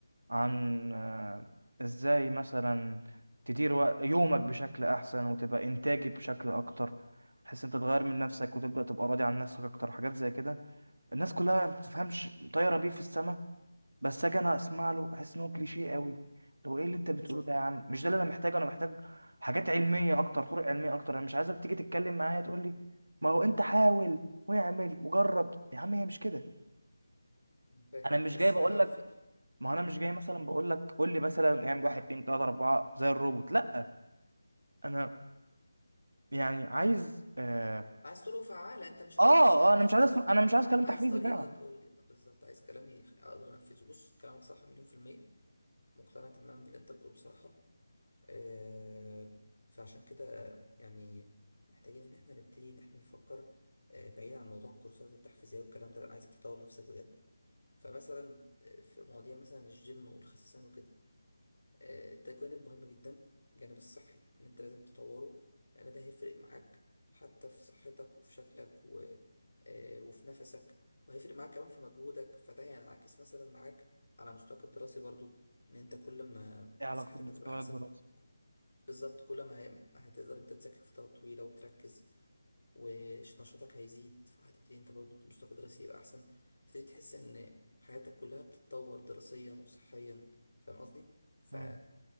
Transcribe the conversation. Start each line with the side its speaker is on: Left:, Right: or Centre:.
Right: عن آه، ازاي مثلا تدير وق- يومك بشكل احسن وتبقى انتاجي بشكل اكتر تحس انت تغير من نفسك وتبدأ تبقى راضي عن نفسك اكتر حاجات زي كده الناس كلها ما بتفهمش طايره بيه في السما بس اجي انا اسمع له احس ان هو كليشيه قوي لو ايه اللي انت بتقوله
Left: بالظبط
Right: ده يا عم مش ده اللي
Left: مم.
Right: انا محتاجه انا محتاج حاجات علميه اكتر طرق علميه اكتر انا مش عايزك تيجي تتكلم معايا تقول لي ما هو انت حاول واعمل وجرب يا عم هي مش كده
Left: مم. فاهم
Right: انا مش
Left: بس
Right: جاي بقول
Left: فهي
Right: لك
Left: دي فكره
Right: ما انا مش جاي مثلا بقول لك قول لي مثلا اعمل واحد اتنين تلاته اربعه زي الروبوت لا انا يعني عايز اه
Left: عايز طرق فعالة انت مش عايز
Right: اه
Left: كلام
Right: آه، انا
Left: تحفيزي
Right: مش عايز أسمع- انا مش عايز كلام
Left: عايز
Right: تحفيزي
Left: طريقة
Right: فعلا
Left: تقول لي بالظبط عايز كلام يخ- اقدر انفذه بص كلامك صح مليون في المية مقتنع تماما باللي انت بتقوله بصراحة أه فعشان كده يعني محتاجين ان احنا نبتدي ان احنا نفكر أه بعيد عن موضوع الكورسات التحفيزية والكلام ده لأ، انا عايزك تطور نفسك بجد فمثلا آه، في مواضيع مثلا الجيم والخسسان وكده آه، ده جانب مهم جدا الجانب الصحي ان انت لازم تطوره لان ده هيفرق معاك حتى في صحتك وفي شكلك و... آه، وفي نفسك وهيفرق معاك كمان في مجهودك فده هينعكس مثلا معاك على مستواك الدراسي برضو ان انت كل ما
Right: ايه علاقته
Left: صحتك
Right: بمستوى
Left: هتبقى احسن
Right: الدراسي
Left: بالظبط كل ما هي... هتقدر انت تذاكر فترات طويلة وتركز ونشاطك هيزيد فهتبتدي انت برضه مستواك الدراسي يبقى احسن فتبتدي تحس ان حياتك كلها بتتطور دراسيا وصحيا فاهم قصدي ف
Right: مم.